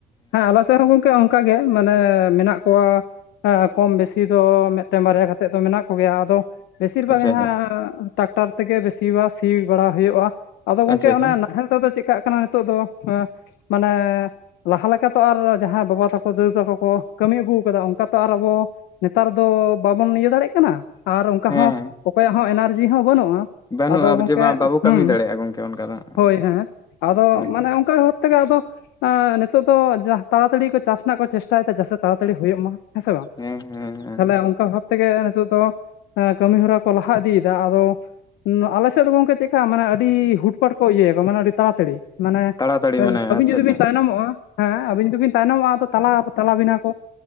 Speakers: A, on the left (about 85°); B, on the left (about 25°).
A: ᱦᱮᱸ ᱟᱞᱮ ᱥᱮᱫ ᱦᱚᱸ ᱜᱚᱢᱠᱮ ᱚᱱᱠᱟᱜ ᱜᱮ ᱢᱟᱱᱮ ᱢᱮᱱᱟᱜ ᱠᱚᱣᱟ᱾ ᱠᱚᱢ ᱵᱮᱥᱤ ᱫᱚ ᱢᱤᱫᱴᱮᱱ ᱵᱟᱨᱭᱟ ᱠᱟ ᱠᱟᱛᱮᱫ ᱫᱚ ᱢᱮᱱᱟᱜ ᱠᱚᱜᱮᱭᱟ ᱟᱫᱚ᱾ ᱵᱮᱥᱤᱨ ᱵᱷᱟᱜᱽ
B: ᱟᱪᱪᱷᱟ
A: ᱡᱟᱦᱟᱸ
B: ᱟᱪᱪᱷᱟ
A: ᱴᱟᱨᱟᱠᱴᱟᱨ ᱛᱮᱜᱮ ᱵᱮᱥᱤᱨ ᱵᱷᱟᱜᱽ ᱥᱤ ᱵᱟᱲᱟ ᱦᱩᱭᱩᱜᱼᱟ᱾ ᱟᱫᱚ ᱜᱚᱝᱠᱮ
B: ᱟᱪᱪᱷᱟ ᱟᱪᱪᱷᱟ
A: ᱚᱱᱟᱮ ᱱᱟᱦᱮᱞ ᱛᱮᱫᱚ ᱪᱤᱠᱟᱜ ᱠᱟᱱᱟ? ᱱᱤᱛᱚᱜ ᱫᱚ ᱢᱟᱱᱮ᱾ ᱞᱟᱦᱟ ᱞᱮᱠᱟ ᱛᱚ ᱟᱨ ᱡᱟᱦᱟᱸᱭ ᱵᱟᱵᱟ ᱛᱟᱠᱚ ᱫᱟᱤᱫᱩ ᱛᱟᱠᱚ ᱠᱚ ᱠᱟᱹᱢᱤ ᱟᱹᱜᱩ ᱠᱟᱫᱟ ᱚᱱᱠᱟ ᱛᱚ ᱟᱨ ᱟᱵᱚ᱾ ᱱᱮᱛᱟᱨ ᱫᱚ ᱵᱟᱵᱚᱱ ᱤᱭᱟᱹ ᱫᱟᱲᱮᱭᱟᱜ ᱠᱟᱱᱟ ᱟᱨ ᱚᱱᱠᱟ
B: ᱦᱮᱸ
A: ᱦᱚᱸ
B: ᱦᱮᱸ
A: ᱚᱠᱚᱭᱟᱜ ᱦᱚᱸ ᱮᱱᱟᱨᱡᱤ ᱦᱚᱸ ᱵᱟᱹᱱᱩᱜᱼᱟ᱾
B: ᱵᱟᱹᱱᱩᱜᱼᱟ
A: ᱟᱫᱚ ᱜᱚᱝᱠᱮ
B: ᱡᱮ ᱵᱟᱝ ᱵᱟᱵᱚ ᱠᱟᱹᱢᱤ
A: ᱦᱩᱸ
B: ᱫᱟᱲᱮᱭᱟᱜᱼᱟ ᱜᱚᱢᱠᱮ ᱚᱱᱠᱟ ᱫᱚ᱾
A: ᱦᱳᱭ ᱦᱮᱸ ᱟᱫᱚ
B: ᱦᱮᱸ
A: ᱢᱟᱱᱮ ᱚᱱᱠᱟ ᱵᱷᱟᱵ ᱛᱮ ᱫᱚ ᱾ ᱱᱤᱛᱚᱜᱜ ᱫᱚ ᱛᱟᱲᱟᱛᱟᱲᱤ ᱠᱚ ᱪᱟᱥ ᱨᱮᱱᱟᱜ ᱠᱚ ᱪᱮᱥᱴᱟᱭᱮᱫᱟ ᱪᱮᱫᱟᱜ ᱥᱮ ᱛᱟᱲᱟᱛᱟᱲᱤ ᱦᱩᱭᱩᱜ ᱢᱟ᱾ ᱦᱮᱸ ᱥᱮ ᱵᱟᱝ᱾
B: ᱦᱮᱸ ᱦᱮᱸ ᱦᱮᱸ
A: ᱛᱟᱦᱞᱮ ᱚᱱᱠᱟ ᱵᱷᱟᱵᱽ ᱛᱮᱜᱮ ᱱᱤᱛᱚᱜ ᱫᱚ ᱠᱟᱹᱢᱤ ᱦᱚᱨᱟ ᱠᱚ ᱞᱟᱦᱟ ᱤᱫᱤᱭᱮᱫᱟ ᱟᱫᱚ᱾ ᱟᱞᱮᱥᱮᱫ ᱫᱚ ᱜᱚᱢᱠᱮ ᱪᱮᱫᱮᱠᱟ ᱢᱟᱱᱮ ᱟᱹᱰᱤ᱾ ᱦᱩᱴᱯᱟᱴ ᱠᱚ ᱤᱭᱟᱹᱭᱟᱠᱚ ᱢᱟᱱᱮ ᱟᱹᱰᱤ ᱛᱟᱲᱟᱛᱟᱹᱲᱤ ᱢᱟᱱᱮ
B: ᱛᱟᱲᱟᱛᱟᱲᱤ ᱢᱟᱱᱮ
A: ᱟᱹᱵᱤᱱ
B: ᱟᱪᱪᱷᱟ
A: ᱡᱩᱫᱤ
B: ᱟᱪᱪᱷᱟ
A: ᱵᱤᱱ ᱛᱟᱭᱱᱚᱢᱚᱜᱼᱟ᱾ ᱦᱮᱸ ᱟᱵᱤᱱ ᱡᱫᱤᱵᱤᱱ ᱛᱟᱭᱱᱚᱢᱚᱜᱼᱟ ᱟᱫᱚ ᱛᱟᱞᱟ ᱛᱟᱞᱟᱵᱤᱱᱟ ᱠᱚ